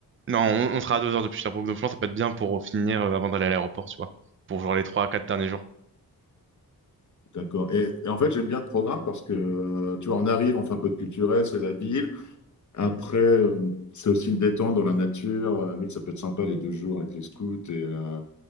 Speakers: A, on the right; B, on the left.
A: Non, on, on sera à deux heures depuis Sherbrooke, donc je pense que ça peut être bien pour finir euh, avant d'aller à l'aéroport, tu vois, pour genre les trois à quatre derniers jours.
B: D'accord. Et, et en fait, j'aime bien le programme parce que, euh, tu vois, on arrive, on fait un peu de culturel, c'est la ville. Après, euh, c'est aussi une détente dans la nature. Euh, limite, ça peut être sympa les deux jours avec les scouts. Et, euh,